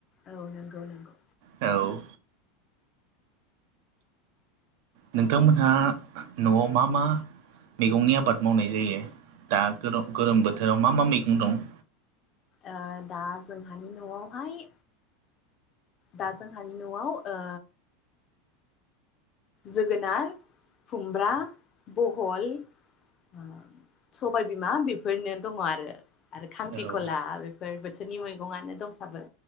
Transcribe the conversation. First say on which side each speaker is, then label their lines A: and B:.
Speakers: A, on the left (about 35°); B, on the right (about 60°).
A: औ नंगौ नंगौ
B: औ नोंथांमोनहा न'आव मा मा मैगंनि आबाद मावनाय जायो दा गोलो गोलोम बोथोराव मा मा मैगं दं?
A: ओ दा जोंहानि न'आवहाय दा जोंहानि न'आव ओ जोगोनार खुमब्रा बहल ओ सबायबिमा बेफोरनो दङ आरो। आरो खांख्रिखला
B: औ
A: बेफोर बोथोरनि मैगंनो दंसाबो।